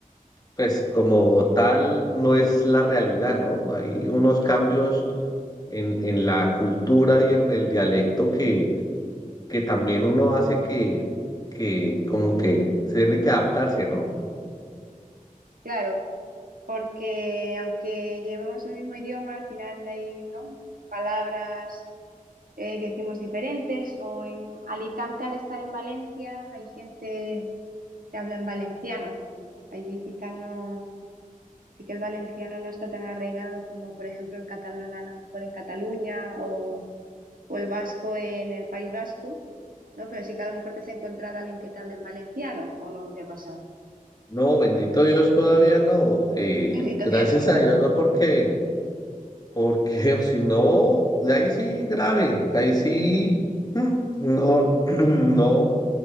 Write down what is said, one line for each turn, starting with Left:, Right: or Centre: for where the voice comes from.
Left: pues como tal, no es la realidad, ¿no? Hay unos cambios en, en la cultura y en el dialecto que, que también uno hace que, que como que se tiene que adaptarse, ¿no?
Right: Claro, porque aunque llevemos el mismo idioma, al final hay, ¿no? palabras eh, que decimos diferentes, o en Alicante al estar en Valencia hay gente que habla en valenciano. Allí quizá no, sí que el valenciano no está tan arraigado como por ejemplo el catalán a lo mejor en Cataluña o o el vasco en el País Vasco, ¿no? Pero sí que a lo mejor te has encontrado a alguien que te hable en valenciano o no te ha pasado.
Left: No, bendito Dios, todavía no. eh,
Right: <laughs> Bendito
Left: gracias
Right: Dios.
Left: a Dios, no porque, porque, <laughs> o si no, de ahí sí grave, ahí sí, mm, no, <clears throat> no.